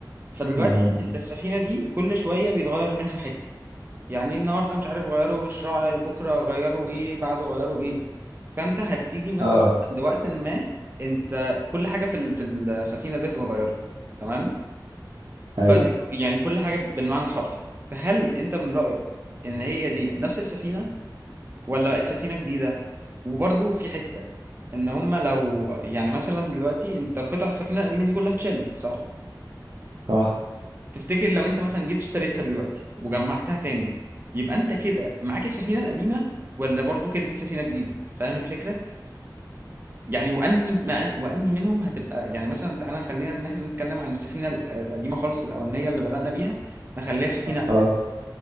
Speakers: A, on the right; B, on the right.
A: فدلوقتي
B: تمام
A: انت السفينه دي كل شويه بيتغير منها حته يعني إيه النهارده مش عارف غيروا الشراع بكره غيروا ايه بعده غيروا ايه فانت هتيجي مثلا
B: اه
A: عند وقت ما انت كل حاجه في ال- في السفينه دي اتغيرت تمام
B: ايوه
A: ف يعني كل حاجه بالمعنى الحرفي فهل انت من رايك ان هي دي نفس السفينه ولا بقت سفينة جديدة وبرضو في حتة ان هما لو يعني مثلا دلوقتي انت قطع السفينة القديمة دي كلها اتشالت صح
B: صح
A: تفتكر لو انت مثلا جيت اشتريتها دلوقتي وجمعتها تاني يبقى انت كده معاك السفينة القديمة ولا برضو كده دي سفينة جديدة فاهم الفكرة يعني وانهي ما أن... وانهي منهم هتبقى يعني مثلا تعالى خلينا ان احنا نتكلم عن السفينة القديمة خالص الاولانية اللي بدأنا بيها نخليها سفينة
B: اه